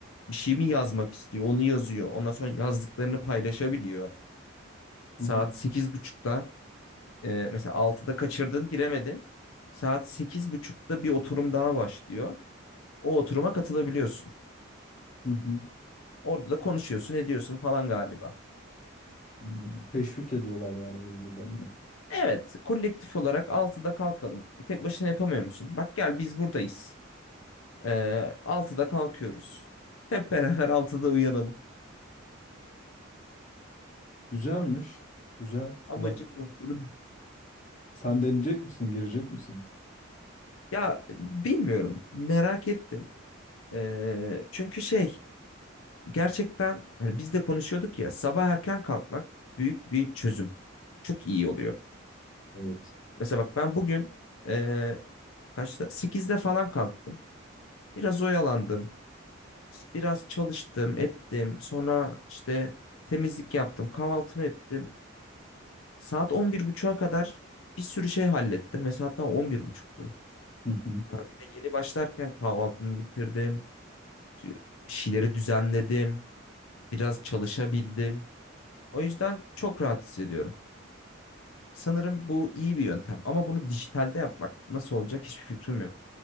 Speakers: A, on the left; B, on the left.
A: bir şey mi yazmak istiyor onu yazıyor. Ondan sonra yazdıklarını paylaşabiliyor. Saat
B: Hı hı.
A: 8.30'da e, mesela altıda kaçırdın giremedin. Saat sekiz buçukta bir oturum daha başlıyor. O oturuma katılabiliyorsun.
B: Hı hı.
A: Orada da konuşuyorsun, ediyorsun falan galiba.
B: Hmm. Teşvik ediyorlar yani birbirlerini.
A: Evet, kolektif olarak altıda kalkalım. E, Tek başına yapamıyor musun? Bak gel biz buradayız. Ee, 6'da kalkıyoruz. Hep beraber altıda uyanalım.
B: Güzelmiş. Güzel.
A: Amacım
B: Kulak.
A: bu. Bunu...
B: Sen deneyecek misin? Girecek misin?
A: Ya bilmiyorum. Merak ettim. Ee, çünkü şey gerçekten hani biz de konuşuyorduk ya sabah erken kalkmak büyük bir çözüm. Çok iyi oluyor.
B: Evet.
A: Mesela bak ben bugün ee, kaçta? Sekizde falan kalktım. Biraz oyalandım. Biraz çalıştım, ettim. Sonra işte temizlik yaptım, kahvaltımı ettim. Saat 11.30'a kadar bir sürü şey hallettim ve saat daha on bir buçuktu
B: Hı hı.
A: Yani bir de yeni başlarken kahvaltımı bitirdim. Bir şeyleri düzenledim. Biraz çalışabildim. O yüzden çok rahat hissediyorum. Sanırım bu iyi bir yöntem ama bunu dijitalde yapmak nasıl olacak hiçbir fikrim yok.